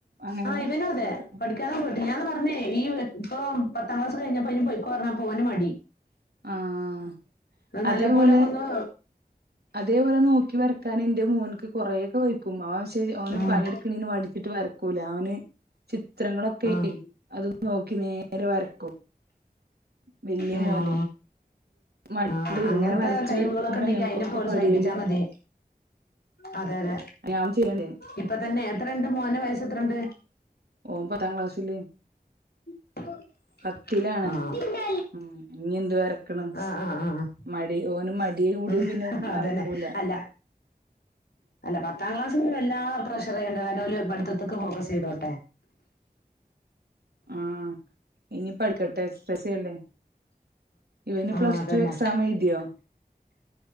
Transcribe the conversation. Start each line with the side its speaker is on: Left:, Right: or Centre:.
Right: അങ്ങനെ
Left: ആഹ് ഇവനും അതെ
Right: വര
Left: പഠിക്കാനും പോയിട്ട് ഞാൻ പറഞ്ഞേ ഈ ഇപ്പൊ പത്താം ക്ലാസ് കഴിഞ്ഞപ്പ അയ്ന് പോയിക്കൊ പറഞ്ഞപ്പൊ ഓന് മടി.
Right: ആഹ്
Left: ന്നാ നല്ലമ്പോലൊക്കൊന്ന്
Right: അതേപോലെ അതേപോലെ നോക്കി വരക്കാൻ ഇന്റെ മോൻക്ക് കൊറേക്കെ വെയ്ക്കും അവൻ സ് ശരി ഓന്
Left: ആഹ്
Right: പണിയെടുക്കണീന്ന് മടിച്ചിട്ട് വരക്കൂല ഓന് ചിത്രങ്ങളൊക്കെ
Left: ആഹ്
Right: അത് നോക്കി നേരെ വരക്കും. വല്യ
Left: ഏ
Right: മോന്
Left: ആ
Right: മടിണ്ട്
Left: ആ ആ അങ്ങൻത്തെ
Right: ഇങ്ങനെ വരച്ച്
Left: കഴിവുകളൊക്കെ
Right: വരക്കുമ്പോഴല്ലേ
Left: ഉണ്ടെങ്കി
Right: നമുക്കൊക്കെ
Left: അയിനെ പ്രോത്സാഹിപ്പിച്ചാ
Right: പടിയല്
Left: മതി. അതെ അതെ
Right: ഞാൻ ചെയ്യണ്ടേ
Left: ഇപ്പ തന്നെ എത്രണ്ട് മോന വയസ്സ് എത്രണ്ട്.
Right: ഓം പത്താംക്ലാസ്സില്
Left: <inaudible>
Right: പത്തിലാണ്
Left: ആഹ്
Right: ഉം ഇനി എന്തു വരക്ക്ണ്
Left: ആഹ് ആഹ് ആഹ്
Right: മടി ഓന് മടിയെ കൂടിയ
Left: ഉം
Right: പിന്നെ മരക്കൂല
Left: അതന്നെ അല്ല അല്ല പത്താം ക്ലാസ് എല്ലാ പ്രഷറയ്യണ്ട കാരണം ഓല് പഠിത്തത്ത്ക്ക് ഫോക്കസ് ചെയ്തോട്ടെ
Right: ആ ഇനി പഠിക്കട്ടെ എസ് എസ് എൽ സി അല്ലെ ഇവന്
Left: ആഹ്
Right: പ്ലസ്
Left: അതന്നെ
Right: ടു എക്സാം എഴുതിയോ